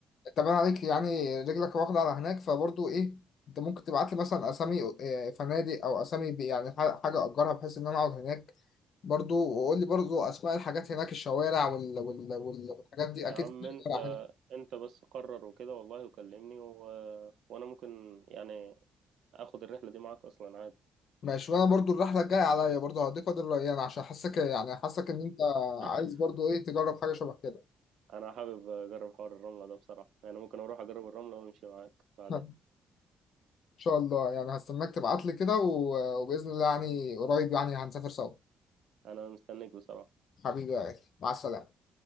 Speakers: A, on the left; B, on the right.
A: أنت باين عليك يعني رجلك واخدة على هناك فبرضه إيه أنت ممكن تبعت لي مثلا أسامي آه، فنادق أو أسامي ب- يعني ح- حاجة أجرها بحيث إن أنا أقعد هناك برضه وقول لي برضه أسماء الحاجات هناك الشوارع وال... وال... وال... والحاجات دي أكيد
B: يا عم
A: في
B: انت
A: شوارع
B: انت بس قرر وكده والله وكلمني و... وانا ممكن يعني اخد الرحله دي معاك اصلا عادي
A: ماشي وانا برضو الرحله الجايه عليا برضو هديك فاضل له ايام عشان حاسك يعني حاسك ان انت
B: <laughs>
A: عايز برضو ايه تجرب حاجه شبه كده
B: انا حابب اجرب حوار الرمله ده بصراحه يعني ممكن اروح اجرب الرمله وامشي معاك بعدين
A: <laughs> ان شاء الله يعني هستناك تبعت لي كده و- وباذن الله يعني قريب يعني هنسافر سوا
B: انا مستنيك بصراحه
A: حبيبي يا غالي مع السلامه